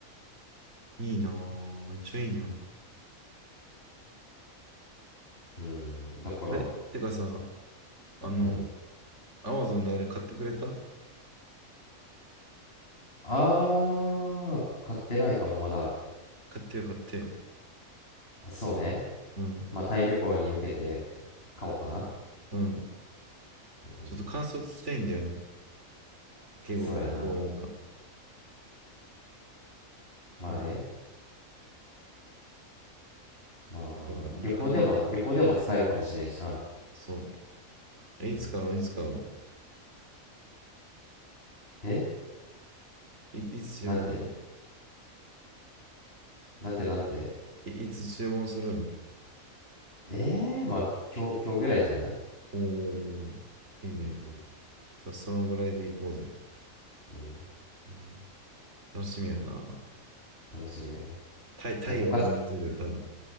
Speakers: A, on the right; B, on the left.
A: いいなぁ。めっちゃいいやん。
B: う。うん、だから、
A: あれ、てかさ、あの、
B: うん。
A: アマゾンであれ買ってくれた
B: あー、買ってないかも、まだ。
A: 買ってよ、買ってよ。
B: そうね。
A: うん。
B: まあ、タイ旅行に向けて買おうかな。
A: うん。うんちょっと感想聞きたいんだよね。
B: うん。
A: 圭吾君どう思うか。
B: そうやな。まあね。
A: うん。
B: まあ、
A: だから、
B: 旅行でも、
A: 感動
B: 旅行でも使えるかもしれんしな。
A: そう。
B: うん。
A: いつ買うのいつ買うの
B: え
A: い、いつ注文する
B: なんてなんてなんて
A: い、いつ注文するの
B: えー、まあ、今日、今日ぐらいじゃない
A: おー、いいね。
B: うん。
A: さ、そのぐらいで行こうぜ。
B: うん。
A: うん。楽しみやなぁ。
B: 楽しみや。
A: タイ、タイを思い出せるよ、
B: え、他、
A: 多分。